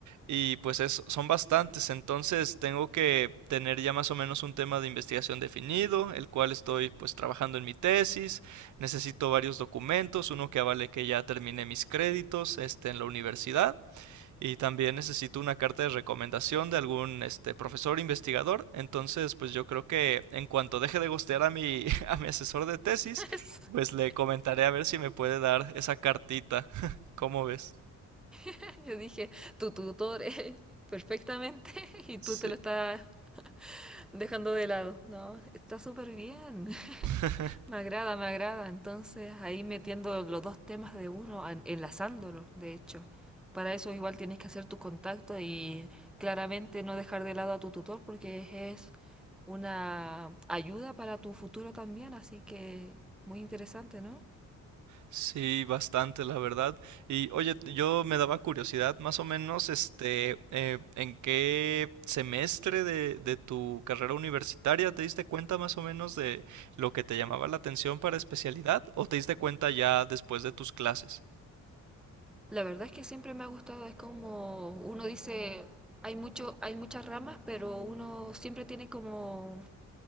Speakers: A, on the right; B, in the centre.
A: y pues es, son bastantes, entonces tengo que tener ya más o menos un tema de investigación definido, el cual estoy pues trabajando en mi tesis, necesito varios documentos, uno que avale que ya terminé mis créditos este, en la universidad, y también necesito una carta de recomendación de algún este, profesor investigador. Entonces, pues yo creo que en cuanto deje de gostear a mi, <laughs> a mi asesor de tesis,
B: <laughs>
A: pues le comentaré a ver si me puede dar esa cartita. <laughs> ¿Cómo ves?
B: <laughs> Yo dije, tu tutor es perfectamente <laughs> y tú
A: Sí.
B: te lo estás dejando de lado. No, está súper bien. <laughs>
A: <laughs>
B: Me agrada, me agrada. Entonces ahí metiendo los dos temas de uno, an- enlazándolo, de hecho. Para eso igual tienes que hacer tu contacto y claramente no dejar de lado a tu tutor porque es una ayuda para tu futuro también. Así que muy interesante, ¿no?
A: Sí, bastante, la verdad. Y oye, yo me daba curiosidad, más o menos, este, eh, ¿en qué semestre de, de tu carrera universitaria te diste cuenta más o menos de lo que te llamaba la atención para especialidad? ¿O te diste cuenta ya después de tus clases?
B: La verdad es que siempre me ha gustado, es como uno dice, hay mucho, hay muchas ramas, pero uno siempre tiene como